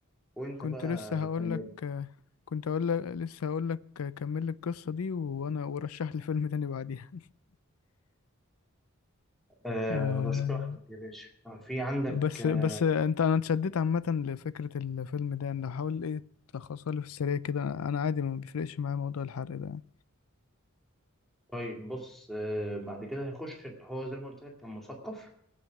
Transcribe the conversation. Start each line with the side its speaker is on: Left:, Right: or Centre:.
Centre: وانت
Left: كنت
Centre: بقى
Left: لسه هقول
Centre: كمل
Left: لك كنت اقول لك لسه هقول لك كمل لي القصه دي وانا ورشح لي فيلم تاني بعديها
Centre: أه
Left: <laughs> آه
Centre: هشرح لك يا باشا آه، في عندك
Left: بس
Centre: آه،
Left: بس انت انا اتشددت عامه لفكره الفيلم ده يعني لو حاول ايه تلخصها لي في السريع كده انا عادي ما بيفرقش معايا موضوع الحرق ده يعني
Centre: طيب بص آه، بعد كده هيخش هو زي ما قلت لك كان مثقف